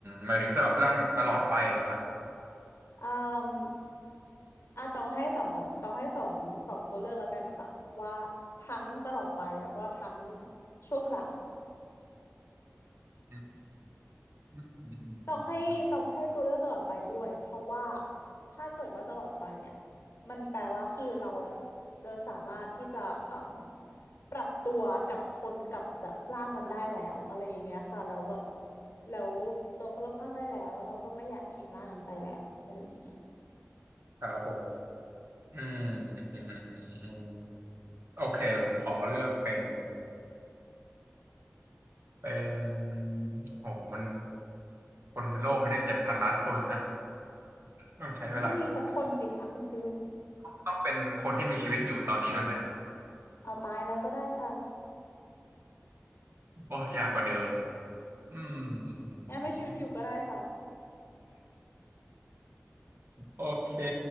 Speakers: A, on the right; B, on the left.
A: หมายถึงสลับร่างแบบตลอดไปเหรอครับ
B: เอ่ออ่ะต้องให้สองออปต้องให้สองสองตัวเลือกแล้วกันค่ะว่าทั้งตลอดไปแล้วก็ทั้งชั่วคราว
A: อืมอืมอืมอืมอืมอืม
B: ต้องให้ต้องให้ตัวเลือกตลอดไปด้วยเพราะว่าถ้าเกิดว่าตลอดไปเนี่ยมันแปลว่าคือเราอะจะสามารถที่จะเอ่มปรับตัวกับคนกับแบบร่างนั้นได้แล้วอะไรอย่างเงี้ยค่ะแล้วแบบแล้วตัวคนรอบข้างได้แล้วแล้วเราก็ไม่อยากทิ้งร่างนั้นไปแล้วอะไรอย่างเงี้ย
A: ครับผม อืมอืมอืมอืมอืมโอเคผมขอเลือกเป็นเป็นโอ้โหมันคนในโลกมีได้เจ็ดพันล้านคนเลยนะต้องใช้เวลาคิด
B: มันต้องมีสักคนสิคะคุณฟิล
A: ต้องเป็นคนที่มีชีวิตอยู่ตอนนี้ด้วยไหมฮะ
B: เอาตายแล้วก็ได้ค่ะ
A: โอ้ยากกว่าเดิมอีกอืมอืมอืมอืมอืม
B: งั้นไม่ชีวิตอยู่ก็ได้ค่ะ
A: โอเค